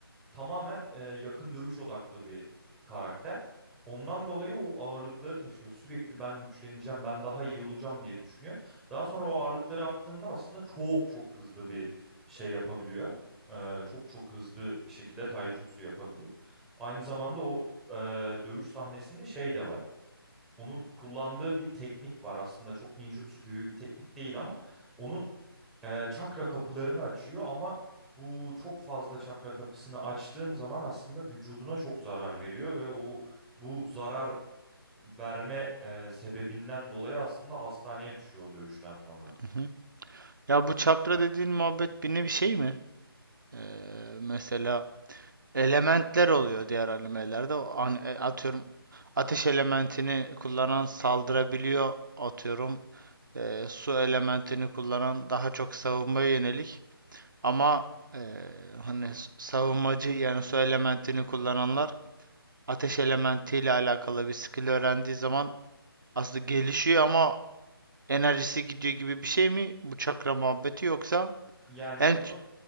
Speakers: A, in the centre; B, on the right.
A: tamamen e, yakın dövüş odaklı bir karakter. Ondan dolayı o ağırlıkları taşıyor. Sürekli ben güçleneceğim, ben daha iyi olacağım diye düşünüyor. Daha sonra o ağırlıkları attığında aslında çok çok hızlı bir şey yapabiliyor. E, çok çok hızlı bir şekilde taijutsu yapabiliyor. Aynı zamanda o e, dövüş sahnesinde şey de var. Onun kullandığı bir teknik var aslında çok ninjutsu gibi bir teknik değil ama onun e, çakra kapılarını açıyor ama bu çok fazla çakra kapısını açtığın zaman aslında vücuduna çok zarar veriyor ve o bu zarar verme e, sebebinden dolayı aslında hastaneye düşüyor o dövüşten sonra.
B: Hı hı. Ya bu çakra dediğin muhabbet bir nevi şey mi? Ee, mesela elementler oluyor diğer animelerde. O an, e, atıyorum ateş elementini kullanan saldırabiliyor atıyorum. Ee, su elementini kullanan daha çok savunmaya yönelik. Ama e, hani savunmacı yani su elementini kullananlar ateş elementiyle alakalı bir skill öğrendiği zaman aslında gelişiyor ama enerjisi gidiyor gibi bir şey mi bu çakra muhabbeti yoksa
A: Yani
B: en
A: bunu
B: ç-